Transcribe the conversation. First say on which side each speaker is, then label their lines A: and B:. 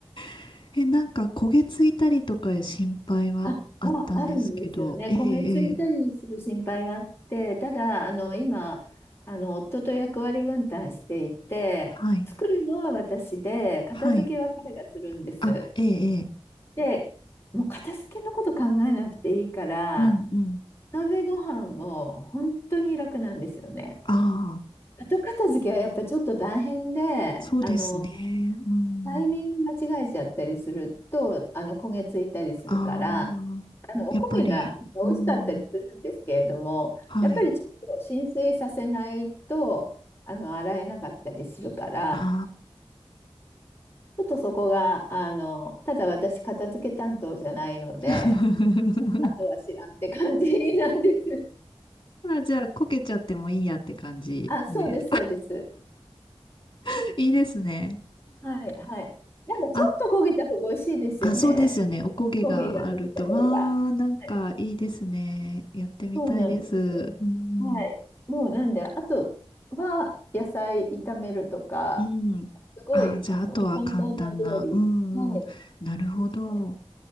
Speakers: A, on the left; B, on the left.
A: <laughs> え、なんか焦げついたりとかいう心配はあったんですけど、
B: あ、まあ、あるんですよね。
A: ええ、
B: 焦げついたりする心配があって、
A: え
B: ただ、あの、今、あの、夫と役割分担していて、
A: えはい、
B: 作るのは私で、片付けは彼がするんです。
A: はい。あ、ええ、ええ
B: で、もう片付けのこと考えなくていいから、
A: うん、うん。
B: 鍋ご飯も本当に楽なんですよね。
A: ああ、
B: 後片付けはやっぱちょっと大変で、
A: そうですね。
B: あの、
A: うん。
B: タイミング間違えちゃったりすると、あの、焦げついたりするから、
A: ああ、
B: あの、お焦げが美味しかったりするんですけれども、
A: やっぱり、うん、はい。
B: やっぱりちょっと浸水させないと、あの、洗えなかったりするから、
A: あ
B: ちょっとそこが、あの、ただ私、片付け担当じゃないので、
A: あ。<laughs>
B: あとは知らんって感じなんです。<laughs>
A: あ、じゃあ、こけちゃってもいいやって感じで。
B: あ、そうです、そうです。
A: <laughs> いいですね。
B: はい、はい。なんかちょっと焦げた方が美味しいですよね。
A: ああ、そうですよね。おこげがあると。
B: 焦げができた方が。
A: わー、なんかいいですね。
B: はい
A: やってみたいです。
B: そうなんです。
A: うん。
B: はい。もうなんで、あとは野菜炒めるとか、
A: うん。
B: すごい、
A: あ、じゃあ、
B: あの、
A: あとは簡単な。
B: 簡単な料理。
A: うんうん。
B: はい。
A: なるほど。
B: ですね。